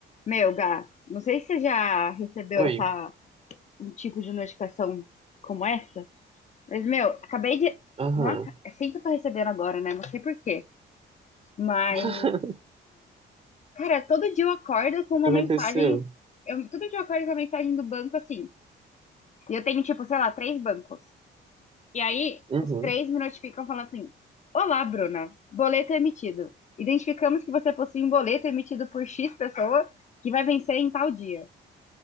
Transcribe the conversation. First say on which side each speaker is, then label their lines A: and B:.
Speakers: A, on the left; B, on the right.
A: Meu, Gá, não sei se você já recebeu
B: Oi.
A: essa, um tipo de notificação como essa, mas, meu, acabei de.
B: Aham.
A: Nossa, é sempre que eu tô recebendo agora, né? Não sei por quê. Mas.
B: <laughs>
A: Cara, todo dia eu acordo com
B: O
A: uma
B: que aconteceu?
A: mensagem. Eu, todo dia eu acordo com uma mensagem do banco assim. E eu tenho, tipo, sei lá, três bancos. E aí,
B: Uhum.
A: os três me notificam falando assim: Olá, Bruna, boleto é emitido. Identificamos que você possui um boleto emitido por X pessoa que vai vencer em tal dia.